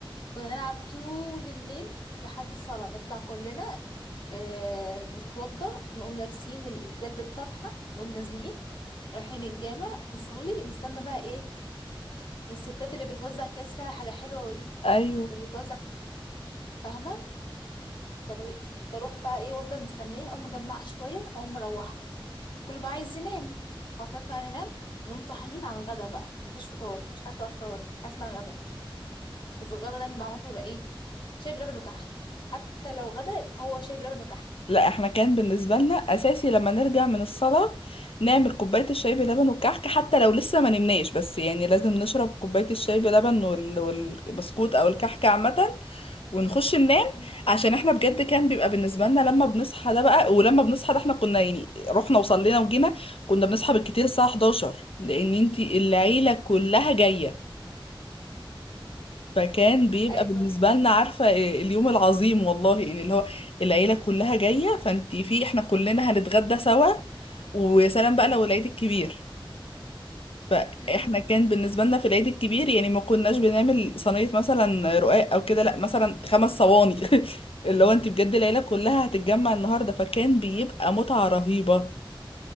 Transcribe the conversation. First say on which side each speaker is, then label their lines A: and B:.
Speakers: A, on the left; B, on the left.
A: كنا نلعب طول الليل لحد الصلاة نطلع كلنا آه نتوضى نقوم لابسين الإسدال بالطرحة نقوم نازلين رايحين الجامع نصلي نستنى بقى إيه الستات اللي بتوزع أكياس فيها حاجة حلوة ودي
B: ايوه
A: وتوزع فاهمة كانوا ي- كنت أروح بقى إيه وأفضل مستنية أقوم مجمعة شوية أقوم مروحة كل بقى عايز ينام خلاص نطلع ننام نقوم صاحيين على الغدا بقى مفيش فطار مفيش حاجة اسمها فطار مفيش حاجة اسمها غدا وفي الغدا دايما معروف بيبقى ايه شاي بلبن وكحك حتى لو غدا يبقى هو شاي بلبن وكحك
B: لا احنا كان بالنسبة لنا أساسي لما نرجع من الصلاة نعمل كوباية الشاي بلبن والكحك حتى لو لسه ما نمناش بس يعني لازم نشرب كوباية الشاي بلبن وال- والبسكوت أو الكحك عامة ونخش ننام
A: مم.
B: عشان احنا بجد كان بيبقى بالنسبة لنا لما بنصحى ده بقى ولما بنصحى ده احنا كنا يعني رحنا وصلينا وجينا كنا بنصحى بالكتير الساعة 11 لأن انتي العيلة كلها جاية فكان بيبقى
A: ايوه
B: بالنسبة لنا عارفة إيه، اليوم العظيم والله يعني اللي هو العيلة كلها جاية فانتي في احنا كلنا هنتغدى سوا ويا سلام بقى لو العيد الكبير فاحنا
A: امم
B: كان بالنسبة لنا في العيد الكبير يعني ما كناش بنعمل صينية مثلا رقاق او كده لا مثلا خمس صواني <laughs> اللي هو انتي بجد العيلة كلها هتتجمع النهاردة فكان بيبقى متعة رهيبة